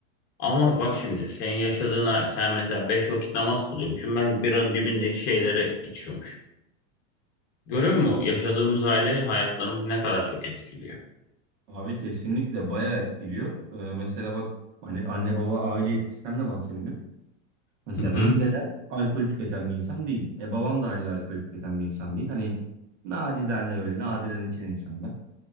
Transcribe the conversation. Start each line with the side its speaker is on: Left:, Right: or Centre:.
Left: Ama bak şimdi senin yaşadığın, ay- sen mesela beş vakit namaz kılıyormuşsun. Ben biranın dibindeki şeyleri içiyormuş. Görüyor musun? Yaşadığımız aile hayatlarımızı ne kadar çok etkiliyor.
Right: Abi kesinlikle bayağı etkiliyor. Ee, mesela bak hani anne baba aile etkisinden de bahsedelim. Mesela
Left: Hı hı.
Right: benim dedem alkol tüketen bir insan değil. E babam da haliyle alkol tüketen bir insan değil. Hani nacizane böyle nadiren içen insanlar.